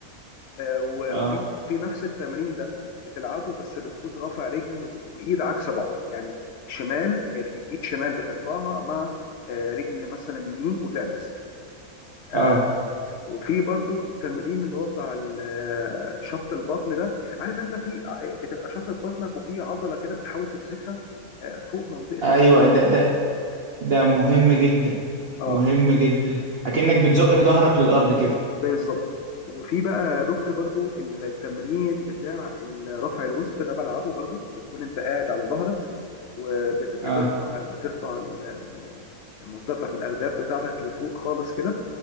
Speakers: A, on the left; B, on the right.
A: آه، و-
B: اه
A: وفي وفي نفس التمرين ده بتلعبه بس بتكون رافع رجل و- وايد عكس بعض يعني شمال ايد شمال بترفعها مع آه، رجل مثلا يمين وتعكس آه،
B: اه
A: وفي برضو التمرين اللي هو بتاع ال- آه، شفط البطن ده عارف انت في آه، بتبقى شفط بطنك وفي عضله كده بتحاول تمسكها آه، فوق منطقه
B: ايوه
A: العين
B: ده ده ده مهم جدا
A: آه،
B: مهم جدا اكنك بتزق ظهرك للارض كده
A: بالظبط وفي بقى دوك برضو التمرين بتاع رفع الوسط ده بلعبه برضو بتكون انت قاعد على ظهرك وبترفع
B: اه
A: بترفع ال- ال- المنطقه بتاعت الارداف بتاعتك لفوق خالص كده